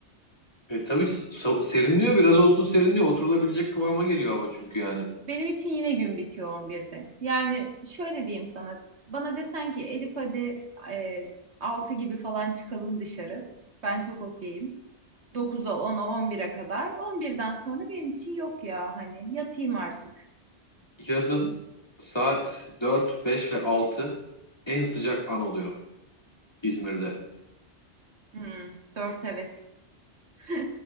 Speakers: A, on the left (about 20°); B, on the right (about 70°).
A: E tabii so- serinliyor biraz olsun serinliyor. Oturulabilecek kıvama geliyor hava çünkü yani.
B: Benim için yine gün bitiyor on birde. Yani şöyle diyeyim sana. Bana desen ki Elif hadi e, 6 gibi falan çıkalım dışarı. Ben çok okeyim. dokuza, ona on bire kadar. On birden sonra benim için yok ya hani yatayım artık.
A: Yazın saat 4, 5 ve 6 en sıcak an oluyor İzmir'de.
B: Hmm, 4 evet. <laughs>